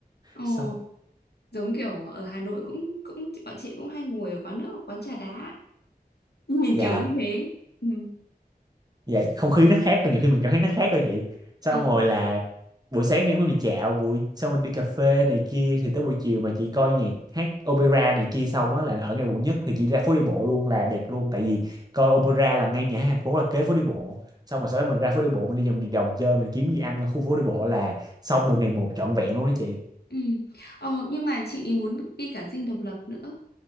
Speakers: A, on the left (about 85°); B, on the right (about 25°).
A: Ồ,
B: xong
A: giống kiểu ở Hà Nội cũng cũng bọn chị cũng hay ngồi ở quán nước, ở quán trà đá. Nhìn
B: dạ
A: kiểu như thế. Ừ.
B: dạ không khí nó khác là nhiều khi mình cảm thấy nó khác thôi vậy xong
A: Ờ,
B: rồi là buổi sáng đang muốn đi dạo buổi xong rồi đi cà phê này kia thì tới buổi chiều mà chị coi nhạc hát opera này kia xong á là ở ngay quận nhất thì chị ra phố đi bộ luôn là đẹp luôn tại vì coi opera là ngay nhà hát thành phố là kế phố đi bộ xong rồi sau đó mình ra phố đi bộ mình đi vòng vòng chơi mình kiếm gì ăn ở khu phố đi bộ là xong được ngày một trọn vẹn luôn đó chị
A: ừ. Ờ, nhưng mà chị muốn đi cả Dinh Độc Lập nữa